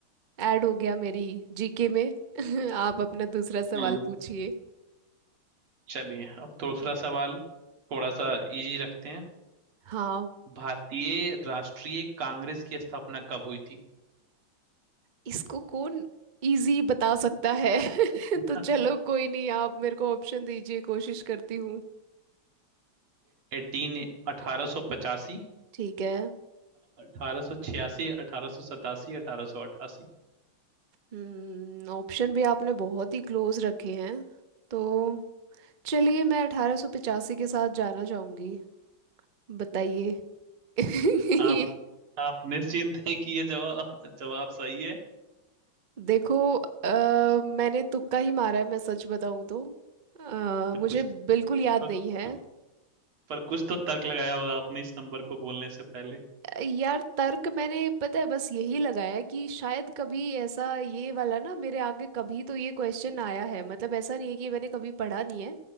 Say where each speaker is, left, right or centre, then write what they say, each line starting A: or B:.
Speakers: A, on the right (about 45°); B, on the right (about 80°).
A: ऐड हो गया मेरी जीके में <laughs> आप अपना दूसरा सवाल
B: हम्म
A: पूछिए
B: चलिए अब तो दूसरा सवाल थोड़ा सा इजी रखते हैं
A: हाँ
B: भारतीय राष्ट्रीय कांग्रेस की स्थापना कब हुई थी
A: इसको कौन इजी बता सकता है <laughs>
B: <laughs>
A: तो चलो कोई नहीं आप मेरे को ऑप्शन दीजिए कोशिश करती हूँ
B: एटीन अठारह सौ पचासी
A: ठीक है
B: अठारह सौ छियासी अठारह सौ सतासी अठारह सौ अठासी
A: हम्म ऑप्शन भी आपने बहुत ही क्लोज रखे हैं तो चलिए मैं अठारह सौ पचासी के साथ जाना चाहूंगी बताइए <laughs>
B: आप
A: ये
B: आप निश्चिंत हैं कि ये जवाब जवाब सही है
A: देखो अ, मैंने तुक्का ही मारा है मैं सच बताऊं तो अ,
B: तो
A: मुझे
B: कुछ
A: बिल्कुल
B: तो
A: याद नहीं है
B: कु- पर कुछ तो तर्क लगाया होगा आपने इस नंबर को बोलने से पहले
A: अ, यार तर्क मैंने पता है बस यही लगाया कि शायद कभी ऐसा ये वाला ना मेरे आगे कभी तो ये क्वेश्चन आया है मतलब ऐसा नहीं है कि मैंने कभी पढ़ा नहीं है